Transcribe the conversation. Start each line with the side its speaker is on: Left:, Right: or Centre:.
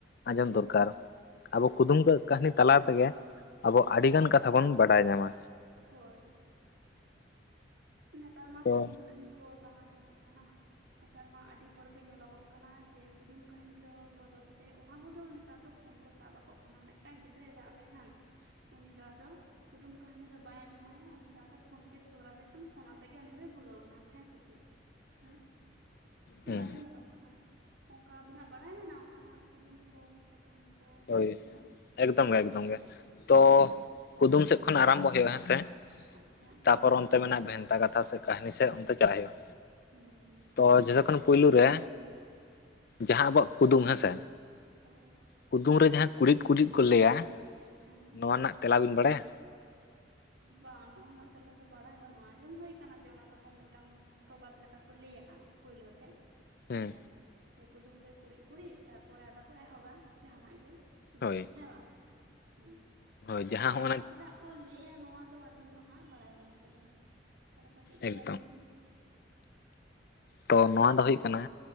Left: ᱟᱸᱡᱚᱢ ᱫᱚᱨᱠᱟᱨ
Right: ᱦᱮᱸ
Left: ᱟᱵᱚ ᱠᱩᱫᱩᱢ ᱠᱟᱹᱦᱱᱤ ᱛᱟᱞᱟ ᱛᱮᱜᱮ ᱟᱵᱚ ᱟᱹᱰᱤᱜᱟᱱ
Right: ᱦᱮᱸ
Left: ᱠᱟᱛᱷᱟ ᱵᱚᱱ ᱵᱟᱰᱟᱭ ᱧᱟᱢᱟ
Right: ᱦᱳᱭ ᱱᱮᱛᱟᱨ ᱢᱟ
Left: ᱛᱚ
Right: ᱠᱩᱫᱩᱢ ᱠᱟᱹᱦᱱᱤ ᱠᱚ ᱵᱟᱝ ᱟᱸᱡᱚᱢᱚᱜ ᱠᱟᱱᱟ ᱱᱮᱛᱟᱨ ᱢᱟ ᱟᱹᱰᱤ ᱦᱚᱲ ᱜᱮ ᱧᱮᱞᱚᱜᱚᱜ ᱠᱟᱱᱟ ᱡᱮ ᱠᱩᱫᱩᱢ ᱠᱟᱹᱟᱦᱱᱤ ᱫᱚ ᱵᱚᱫᱚᱞ ᱛᱮ ᱚᱱᱟ ᱵᱚᱫᱚᱞ ᱱᱮᱛᱟᱨ ᱫᱚ ᱯᱷᱳᱱ ᱠᱚ ᱥᱟᱵ ᱟᱠᱚ ᱠᱟᱱᱟ ᱢᱤᱫᱴᱟᱝ ᱜᱤᱫᱽᱨᱟᱹᱭ ᱨᱟᱜ ᱞᱮᱠᱷᱟᱱ ᱩᱱᱤ ᱫᱚ ᱟᱫᱚ ᱠᱩᱫᱩᱢ ᱠᱟᱹᱦᱱᱤ ᱫᱚ ᱵᱟᱭ ᱟᱸᱡᱚᱢᱟᱭᱟ ᱩᱱᱤ ᱫᱚ ᱟᱫᱚ ᱯᱷᱳᱱ ᱜᱮ ᱥᱳᱨ ᱟᱫᱮ ᱯᱷᱳᱱ ᱟᱛᱮ ᱜᱮ ᱩᱱᱤ ᱫᱚᱭ ᱵᱩᱞᱟᱹᱣ ᱮᱱᱟ ᱦᱮᱸ ᱥᱮ ᱪᱮᱫ ᱦᱮᱸ ᱚᱱᱠᱟ
Left: ᱦᱩᱸ
Right: ᱜᱮ ᱧᱮᱞᱚᱜ ᱠᱟᱱᱟ ᱚᱱᱠᱟ ᱟᱵᱤᱱᱟᱜ ᱵᱟᱲᱟᱭ ᱢᱮᱱᱟᱜ ᱚᱱᱠᱟᱱᱟᱜ ᱠᱩᱫᱩᱢ ᱠᱚ ᱥᱮ ᱠᱟᱹᱦᱱᱤ ᱠᱚ
Left: ᱦᱳᱭ
Right: ᱦᱮᱸ
Left: ᱮᱠᱫᱚᱢ ᱜᱮ ᱮᱠᱫᱚᱢ ᱜᱮ ᱛᱚ
Right: ᱦᱩᱸ
Left: ᱠᱩᱫᱩᱢ ᱥᱮᱫ ᱠᱷᱚᱱ ᱟᱨᱟᱢᱵᱚ ᱦᱩᱭᱩᱜᱼᱟ ᱦᱮᱸ ᱥᱮᱮ
Right: ᱟᱪᱪᱷᱟ᱾
Left: ᱛᱟᱯᱚᱨ ᱚᱱᱛᱮ ᱵᱷᱮᱱᱛᱟ ᱠᱟᱛᱷᱟ ᱥᱮ ᱠᱟᱹᱦᱱᱤ ᱥᱮ ᱚᱱᱛᱮ ᱪᱟᱞᱟᱜ ᱦᱩᱭᱩᱜᱼᱟ᱾
Right: ᱦᱩᱸ ᱦᱩᱸ᱾
Left: ᱛᱚ ᱡᱷᱚᱛᱚ ᱠᱷᱚᱱ ᱯᱩᱭᱞᱩ ᱨᱮ ᱡᱟᱦᱟᱸ ᱟᱵᱚᱣᱟᱜ ᱠᱩᱫᱩᱢ ᱦᱮᱸᱥᱮ᱾
Right: ᱦᱳᱭᱻ᱾
Left: ᱠᱩᱫᱩᱢ ᱨᱮ ᱡᱟᱦᱟᱸ ᱠᱩᱲᱤᱫ ᱠᱩᱲᱤᱫ ᱠᱚ ᱞᱟᱹᱭᱟ
Right: ᱦᱮᱸ
Left: ᱱᱚᱣᱟ ᱨᱮᱱᱟᱜ ᱛᱮᱞᱟ ᱵᱤᱱ ᱵᱟᱲᱟᱭᱟ?
Right: ᱵᱟᱝ ᱱᱚᱣᱱᱟᱜ ᱨᱮᱱᱟᱜ ᱛᱮᱞᱟ ᱫᱚ ᱵᱟᱲᱟᱭ ᱵᱟᱹᱱᱩᱜᱼᱟ ᱟᱸᱡᱚᱢ ᱦᱩᱭ ᱟᱠᱟᱱᱟ ᱡᱮ ᱚᱱᱟ ᱫᱚᱠᱚ ᱢᱤᱫᱴᱟᱝ, ᱯᱨᱚᱵᱟᱫᱽ ᱞᱮᱠᱟ ᱠᱚ ᱞᱟᱹᱭᱟᱜᱼᱟ ᱯᱩᱭᱞᱩ ᱛᱮ᱾
Left: ᱦᱮᱸ
Right: ᱦᱮᱸᱥᱮ ᱤᱭᱟᱹ ᱠᱩᱫᱩᱢ ᱨᱮ ᱠᱩᱲᱤᱫ ᱠᱩᱲᱤᱫ ᱛᱟᱨᱯᱚᱨᱮ ᱟᱫᱚ ᱠᱚ ᱮᱦᱚᱵᱟ ᱡᱟᱦᱟᱱᱟᱜ ᱜᱮ᱾ ᱠᱩᱫᱩᱢ
Left: ᱦᱳᱭ
Right: ᱦᱮᱵᱟᱝ ᱦᱮᱸ
Left: ᱦᱳᱭ
Right: ᱛᱟᱦᱞᱮ
Left: ᱡᱟᱦᱟᱸ ᱦᱚᱸᱜᱼᱱᱟ
Right: ᱱᱚᱣᱟ ᱪᱮᱫᱟᱜ ᱠᱚ ᱞᱟᱹᱭ᱾ ᱴᱷᱤᱠᱜᱮᱭᱟ ᱱᱚᱣᱟ ᱫᱚ ᱟᱹᱞᱤᱧ ᱫᱚ ᱦᱟᱸᱜ ᱵᱟᱲᱟᱭ ᱵᱟᱹᱱᱩᱜ ᱛᱟᱞᱤᱧᱟ ᱛᱟᱦᱚᱞᱮ ᱠᱟᱹᱴᱤᱡ ᱞᱟᱹᱭ
Left: ᱮᱠᱫᱚᱢ
Right: ᱟᱞᱤᱧ ᱵᱤᱱ
Left: ᱛᱚ ᱱᱚᱣᱟ ᱫᱚ ᱦᱩᱭᱩᱜ ᱠᱟᱱᱟ